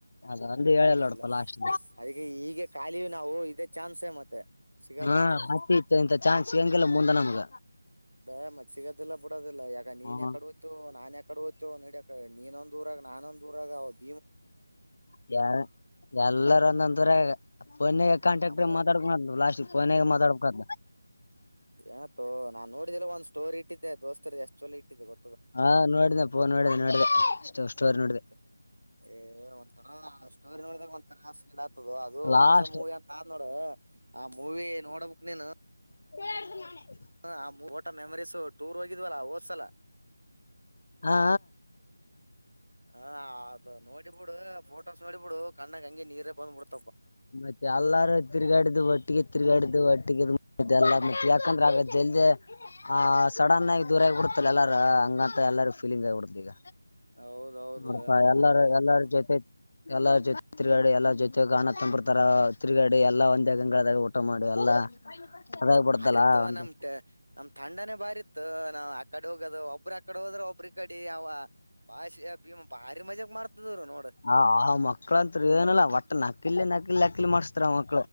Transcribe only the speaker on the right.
ಲ್ಲ
ಅದಕ್ಕೆ ಹೀಗೆ ಖಾಲಿಯ ನಾವು ಇದ ಚಾನ್ಸ ಮತ್ತೆ ಸಿಗದಂತ್ರ
ಬೇ ಮತ್ ಸಿಗೋದೆಲ್ಲ ಬಿಡೋದಿಲ್ಲಾ ಯಗ ನೀನ್
ಯಕಡೆ ಹೋ್ತು ನಾ ಯಕಡೆ ಹೋಯ್ತುೋ ನೀಡಿಕ ನೀನೊಂದ ದೂರಾಗ ನಾನಂದ ದೂರ ಆ ಅವದು
ನಮ್ಮ
ಯತೋ ನಾ ನೋಡಿದೆಲ್ಲ ಒಂದ್ ಸ್ಟೋರಿ ಇಟ್ಟಿದ್ದೆ ದೋಸ್ತರು ಎಷ್ಟ ಚಲ ಇಟ್ಟಿದ್ದೆ ಗೊ
ಮತ್ತೆ ಏ ಒಂಂತರಾ ಸ್ಟೋರಿ ನೋಡ್ದಾಗ ಒಂಂತರ ಸ ಇದ ಆಗ್ತದು ಅದು
ವಾಜ ಮೂವಿ ಅಂತ ಆದ್ ನೋಡ್ರ ಆ ಮೂವಿ ನೋಡಬೇಕ್ ನೀನು
ಹ ಆ ಊಟ ಮೆಮರೀಸು ಟೂರ್ ಹೋಗಿದ್ವಲ್ಲ ಓದ್ಸಲ
ಹ ಅದು ನೋಡಿಬಿಡು ಫೋಟೋಸ್ ನೋಡಿಬಿಡು ಕಣ್ಣಗ್ ಹಂಗಿ ನೀರೇ ಬಂದ್ಬಿಡ್
ಹೌದೌದ
ಹಂಗೆ ಆತದ
ನೋಡ್
ಬಾರಿತ್
ನಮಕ ನಮ್ ತಂಡನೇ ಬಾರಿ ಇತ್ತು ನಾ ಆ ಕಡೆ ಹೋಗೋದು ಒಬ್್ರ ಆಕಡೆ ಹೋದ್ರೆ ಒಬ್ರ ಕಡೆ ಅವ ಭಾಷೆ ಭೀಮ ಬಾರಿ ಮಜಾಕ್ ಮಾಡ್ತಿದ್ರು ನೋಡ